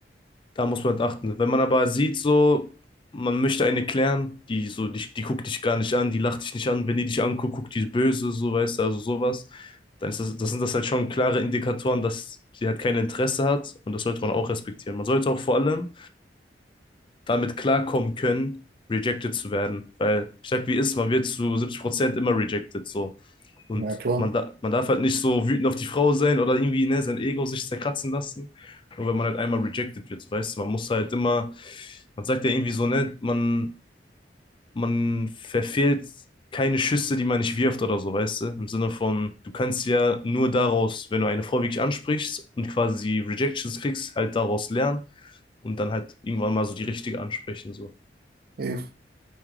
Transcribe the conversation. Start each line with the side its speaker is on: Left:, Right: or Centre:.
Left: Da muss man halt achten. Wenn man aber sieht, so, man möchte eine klären, die so, die, die guckt dich gar nicht an, die lacht dich nicht an, wenn die dich anguckt, guckt die böse, so weißt du, also sowas, dann ist das, das sind das halt schon klare Indikatoren, dass sie halt kein Interesse hat und das sollte man auch respektieren. Man sollte auch vor allem damit klarkommen können, rejected zu werden. Weil ich sag, wie ist, man wird zu 70% immer rejected so. Und
Right: ja, klar.
Left: man, da, man darf halt nicht so wütend auf die Frau sein oder irgendwie ne, sein Ego sich zerkratzen lassen. Nur wenn man halt einmal rejected wird, so, weißt du, man muss halt immer, man sagt ja irgendwie so, ne, man man verfehlt keine Schüsse, die man nicht wirft oder so, weißt du? Im Sinne von, du kannst ja nur daraus, wenn du eine Frau wirklich ansprichst und quasi Rejections kriegst, halt daraus lernen und dann halt irgendwann mal so die richtige ansprechen, so.
Right: Ja.